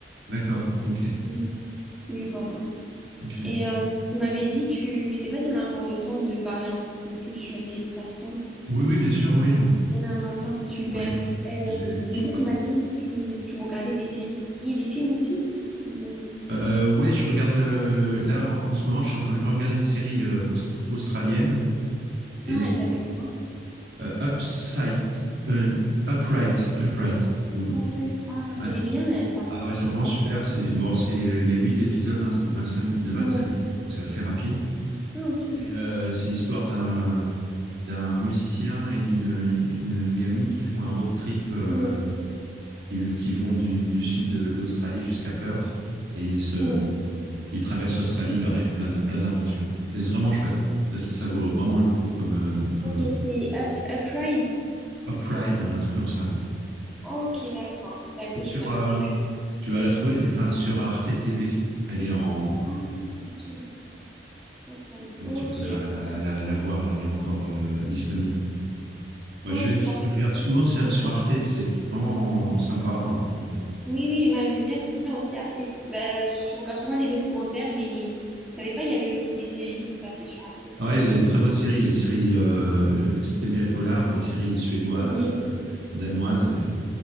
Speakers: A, on the right; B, in the centre.
A: D'accord, ok,
B: Oui, oui, voilà.
A: ok.
B: Et euh, tu m'avais dit, tu, je sais pas si on a encore le temps de parler un peu plus sur les passe-temps.
A: Oui, oui, bien sûr, oui,
B: On a encore le temps, super.
A: oui.
B: Euh,
A: J'ai,
B: du
A: j'ai
B: coup,
A: pas.
B: tu m'as dit, tu, tu regardais des séries et des films aussi? Euh,
A: Euh, ouais, je regarde euh, là en en ce moment, je suis en train de regarder une série euh, austra- australienne et
B: Ah,
A: c'est
B: elle s'appelle quoi?
A: euh, Upside, euh, Upright, Upright. ou, euh,
B: En fait, ah,
A: ouais.
B: elle est bien, elle parle,
A: Ah ouais, c'est
B: elle
A: vraiment
B: parle.
A: super. C'est bon, c'est euh, il y a huit épisodes, hein, c'est de vingt-cinq de vingt-cinq
B: Ouais.
A: minutes, donc c'est assez rapide.
B: Ah, ok.
A: Et, euh, c'est l'histoire d'un d'un musicien et d'une une, une gamine qui font un road trip, euh,
B: Ouais,
A: qui, qui vont du, du sud de, d'Australie jusqu'à Perth. Et ils, se,
B: ouais.
A: ils traversent l'Australie, il leur arrive plein de, plein d'aventures. C'est vraiment chouette. Ça, ça, ça vaut vraiment le coup comme, euh, comme,
B: Ok, c'est
A: comme série.
B: Up, Upride.
A: Upride, un truc comme ça. ouais.
B: Ok, d'accord. Bah écoute,
A: Et Sur,
B: je vais la
A: euh,
B: noter.
A: tu vas la trouver, enfin, sur Arte TV. Elle est en.
B: Ah, ok. Upride. Ok.
A: Tu peux la, la, la, la voir, là, elle est encore euh, disponible. Moi,
B: Ok,
A: je, vais,
B: parfait.
A: je regarde souvent sur, sur Arte, parce qu'il y a des trucs vraiment sympas. euh, qu'on-
B: Oui, oui, moi j'aime bien aussi Arte. Bah, je regarde souvent les documentaires, mais je savais pas, il y avait aussi des séries qui passaient sur Arte.
A: Ouais, il y a des très bonnes séries. Il y a des séries, euh, si t'aimes bien les polars, les séries suédoises,
B: Oui.
A: euh, danoises. et-